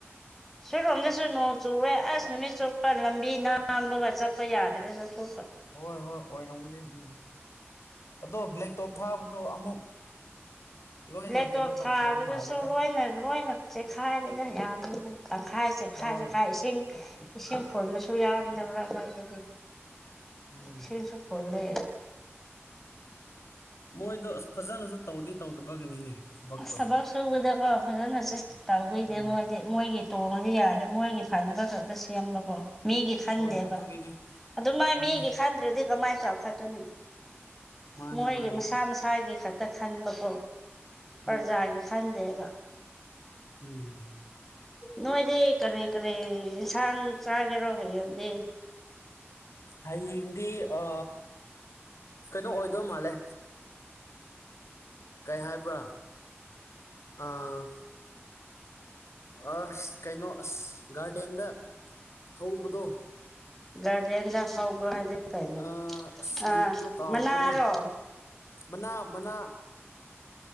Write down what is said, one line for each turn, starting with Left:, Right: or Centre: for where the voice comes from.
Centre: ꯁꯣꯏꯔꯣꯝꯗꯁꯨ ꯅꯣꯡ ꯆꯨꯋꯦ ꯑꯁ ꯅꯨꯃꯤꯠ ꯆꯨꯞꯄ ꯂꯝꯕꯤ ꯅꯥꯝꯕꯒ ꯆꯠꯄ ꯌꯥꯗ꯭ꯔꯥ ꯆꯠꯊꯣꯛꯄ
Left: ꯍꯣꯏ ꯍꯣꯏ ꯑꯣꯏꯔꯝꯒꯅꯦ ꯎꯝ ꯑꯗꯣ ꯕ꯭ꯂꯦꯛ ꯇꯣꯞ ꯊꯥꯕꯗꯣ ꯑꯃꯨꯛ ꯂꯣꯏꯅ
Centre: ꯂꯦꯞꯇꯣꯞ
Left: ꯀꯩꯅꯣ ꯇꯧꯈ꯭ꯔꯕ
Centre: ꯊꯥꯕꯗꯨꯁꯨ
Left: ꯃꯥꯜꯂꯦꯗ
Centre: ꯂꯣꯏꯅ ꯂꯣꯏꯅ ꯆꯦꯛꯈꯥꯏꯔꯦꯗ ꯌꯥꯗꯣꯏꯗ ꯇꯪꯈꯥꯏ ꯆꯦꯈꯥꯏ
Left: ꯍꯣꯏ
Centre: ꯆꯦꯠꯈꯥꯏ ꯏꯁꯤꯡ ꯏꯁꯤꯡ ꯐꯨꯕꯁꯨ ꯌꯥꯎꯔꯤꯗ ꯃꯔꯛ ꯃꯔꯛꯇꯗꯤ
Left: ꯎꯝ
Centre: ꯏꯁꯤꯡꯁꯨ ꯐꯨꯜꯂꯦ
Left: ꯃꯣꯏꯗꯣ ꯑꯁ ꯐꯖꯅꯁꯨ ꯇꯧꯗꯤ ꯇꯧꯗꯕꯒꯤꯅꯤꯅꯦ ꯊꯕꯛꯇꯣ
Centre: ꯑꯁ ꯊꯕꯛ ꯁꯨꯕꯗꯀꯣ ꯐꯖꯅ ꯇꯧꯕꯗꯅꯦ
Left: ꯎꯝ
Centre: ꯃꯣꯏꯗꯤ ꯃꯣꯏꯒꯤ ꯇꯣꯡꯉꯗꯤ ꯌꯥꯔꯦ ꯃꯣꯏꯒꯤ ꯐꯅꯕ ꯈꯛꯇ ꯁꯦꯝꯕꯀꯣ ꯃꯤꯒꯤ ꯈꯟꯗꯦꯕ
Left: ꯍꯣꯏ ꯑꯗꯨꯒꯤꯅꯦ
Centre: ꯑꯗꯨ ꯃꯥ
Left: ꯍꯣꯏꯅꯦ
Centre: ꯃꯤꯒꯤ ꯈꯟꯗ꯭ꯔꯗꯤ ꯀꯃꯥꯏꯅ ꯆꯥꯎꯈꯠꯀꯅꯤ
Left: ꯃꯥꯅꯦ
Centre: ꯃꯣꯏꯒꯤ
Left: ꯃꯥꯅꯦ
Centre: ꯃꯁꯥ ꯃꯁꯥꯒꯤ ꯈꯛꯇ ꯈꯟꯕꯀꯣ ꯄ꯭ꯔꯖꯥꯒꯤ
Left: ꯍꯣꯏ
Centre: ꯈꯟꯗꯦꯕ
Left: ꯎꯝ
Centre: ꯅꯣꯏꯗꯤ ꯀꯔꯤ ꯀꯔꯤ ꯌꯦꯟꯁꯥꯡ ꯆꯥꯒꯦꯔꯣ ꯍꯌꯦꯡꯗꯤ
Left: ꯍꯌꯦꯡꯗꯤ ꯑ ꯀꯩꯅꯣ ꯑꯣꯏꯗꯧ ꯃꯥꯜꯂꯦ ꯀꯩ ꯍꯥꯏꯕ꯭ꯔꯥ ꯑꯥ ꯑꯁ ꯀꯩꯅꯣ ꯑꯁ ꯒꯥꯔꯗꯦꯟꯗ ꯍꯧꯕꯗꯣ
Centre: ꯒꯥꯔꯗꯦꯟꯗ ꯍꯧꯕ ꯍꯥꯏꯗꯤ ꯀꯩꯅꯣ
Left: ꯑꯥ ꯑꯁ
Centre: ꯑ
Left: ꯃꯤꯡꯗꯣ ꯀꯥꯎꯈ꯭ꯔꯦꯅꯦ
Centre: ꯃꯅꯥꯔꯣ
Left: ꯃꯅꯥ ꯃꯅꯥ